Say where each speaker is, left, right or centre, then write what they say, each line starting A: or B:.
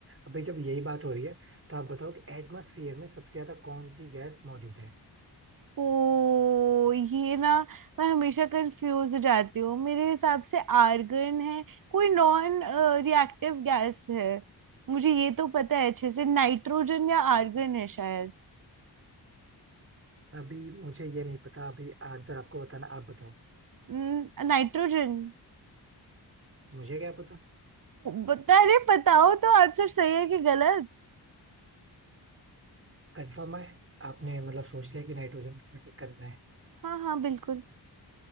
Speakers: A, on the right; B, on the right.
A: अभी जब यही बात हो रही है तो आप बताओ कि एटमॉस्फेयर में सबसे ज्यादा कौन सी गैस मौजूद है
B: ओ ये ना मैं हमेशा कंफ्यूज हो जाती हूँ मेरे हिसाब से आर्गन है कोई नॉन रिएक्टिव गैस है मुझे ये तो पता है अच्छे से नाइट्रोजन या आर्गन है शायद
A: अभी मुझे ये नहीं पता अभी आंसर आपको बताना आप बताओ
B: हम्म, नाइट्रोजन
A: मुझे क्या पता
B: बता अरे बताओ तो आंसर सही है कि गलत
A: कंफर्म है आपने मतलब सोच लिया कि नाइट्रोजन को टिक करना है
B: हाँ हाँ बिल्कुल